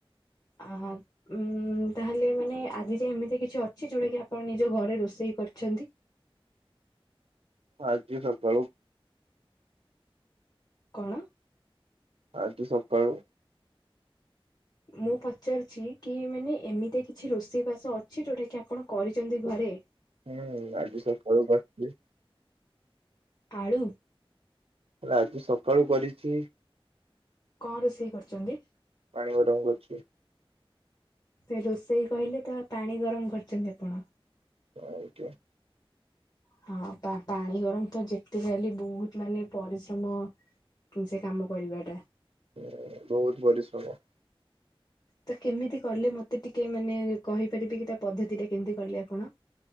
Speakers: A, on the left (about 40°); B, on the right (about 85°).
A: ଆ ହ। ଉଁ ତାହେଲେ ମାନେ ଆଜି ଯାଏ ଏମିତି କିଛି ଅଛି ଯଉଟା କି ଆପଣ ନିଜ ଘରେ ରୋଷେଇ କରିଛନ୍ତି?
B: ଆଜି ସକାଳୁ
A: କଣ?
B: ଆଜି ସକାଳୁ
A: ମୁଁ ପଚାରୁଛି କି ମାନେ ଏମିତି କିଛି ରୋଷେଇ ବାସ ଅଛି ଯୋଉଟା କି ଆପଣ କରିଛନ୍ତି ଘରେ?
B: ହୁଁ ଆଜି ସକାଳୁ କରିଥିଲି।
A: ଆଳୁ?
B: ଆଜି ସକାଳୁ କରିଛି।
A: କ ରୋଷେଇ କରିଛନ୍ତି?
B: ପାଣି ଗରମ କରିଚି।
A: ସେ ରୋଷେଇ କହିଲେ ତ ପାଣି ଗରମ କରିଛନ୍ତି ଆପଣ।
B: ଅ ହେଇଥିବ।
A: ହଁ ପା ପାଣି ଗରମ ତ ଯେତେଯାହାହେଲେ ବହୁତ ମାନେ ପରିଶ୍ରମ ସେ କାମ କରିବାଟା।
B: ହୁଁ ବହୁତ ପରିଶ୍ରମ।
A: ତ କେମିତି କଲେ ମତେ ଟିକେ ମାନେ କହିପାରିବେ କି ତା ପଦ୍ଧତି ଟା କେମିତି କଲେ ଆପଣ?